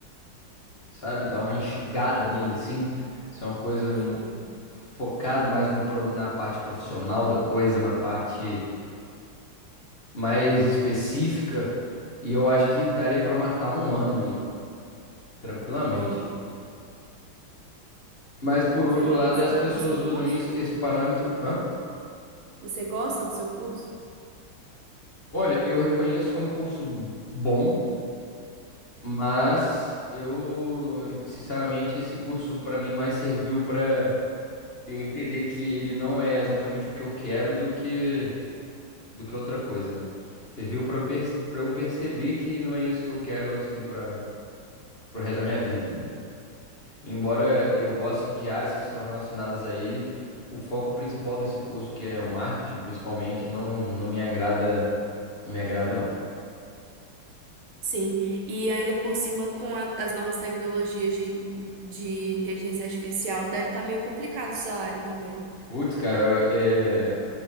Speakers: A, on the left (about 30°); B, on the right (about 75°).
A: sabe? Dar uma enxugada nele, assim. Ser uma coisa
B: entendi.
A: hum, focado mais no, pro- na parte profissional da coisa, na parte mais específica. E eu acho que daria pra matar um ano aí, tranquilamente.
B: Aham.
A: Mas por outro
B: Você gosta
A: lado, as
B: de-
A: pessoas
B: do seu
A: usam
B: curso?
A: isso, esse parâmetro. Hã?
B: Você gosta do seu curso?
A: Olha, eu reconheço que é um curso bom, mas eu, sinceramente, esse curso pra mim mais serviu pra eu entender que ele não é exatamente o que eu quero do que do que outra coisa, né? Serviu para para eu perceber que não é isso que eu quero assim para pro resto da minha vida, né? Embora eu goste de áreas que estão relacionadas a ele, o foco principal desse curso, que é o marketing, principalmente, não não me agrada, não me agrada não.
B: Sim, e ainda por cima com a- as novas tecnologias de, de inteligência artificial, deve estar meio complicado essa área também.
A: Putz, cara, eu, é,